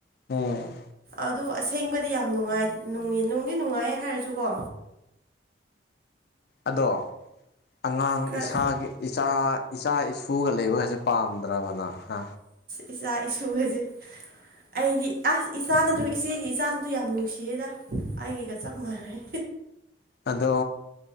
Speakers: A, on the left (about 55°); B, on the right (about 50°).
A: ꯎꯝ
B: ꯑꯗꯨ ꯑꯁꯦꯡꯕꯗꯤ ꯌꯥꯝ ꯅꯨꯡꯉꯥꯏ ꯅꯨꯡꯗꯤ ꯅꯨꯡꯉꯥꯏ ꯍꯥꯏꯔꯁꯨꯀꯣ
A: ꯑꯗꯣ ꯑꯉꯥꯡ
B: ꯈꯔ
A: ꯏꯁꯥꯒꯤ ꯏꯆꯥ ꯏꯆꯥ ꯏꯁꯨꯒ ꯂꯩꯕꯒꯁꯦ ꯄꯥꯝꯗ꯭ꯔꯕ ꯅꯪ ꯍ
B: ꯏꯆꯥ ꯏꯁꯨꯒꯁꯦ ꯑꯩꯗꯤ ꯑꯁ ꯏꯆꯥ ꯅꯠꯇ꯭ꯔꯖꯨ ꯏꯆꯦꯒꯤ ꯏꯆꯥꯁꯤꯡꯗꯨ ꯌꯥꯝ ꯅꯨꯡꯁꯤꯌꯦꯗ ꯑꯩꯒꯤꯒ ꯆꯞ ꯃꯥꯟꯅꯩ
A: ꯑꯗꯣ